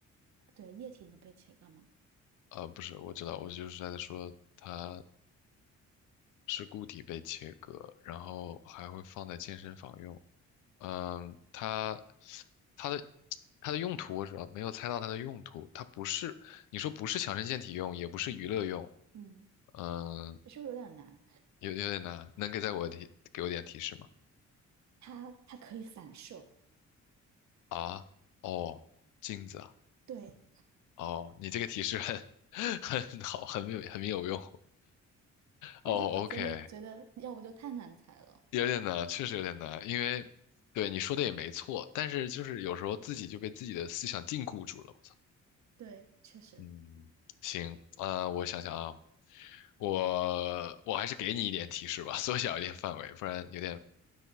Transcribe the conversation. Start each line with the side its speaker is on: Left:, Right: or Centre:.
Right: 对，液体能被切割吗？
Left: 呃，不是，我知道，我就是在说它是固体被切割，然后还会放在健身房用。嗯，它它的它的用途我主要没有猜到它的用途，它不是你说不是强身健体用，也不是娱乐用，
Right: 嗯，
Left: 嗯，
Right: 是不是有点难？
Left: 有有点难，能给再给我提给我点提示吗？
Right: 它它可以反射。
Left: 啊，哦，镜子啊，
Right: 对
Left: 哦，你这个提示很 <laughs> 很好，很有很有用。
Right: 但是我真的觉得，
Left: 哦，OK，
Right: 要不就太难猜了。
Left: 有点难，确实有点难，因为对你说的也没错，但是就是有时候自己就被自己的思想禁锢住了。我操，
Right: 对，确实。
Left: 嗯，行，啊，我想想啊，我我还是给你一点提示吧，缩小一点范围，不然有点，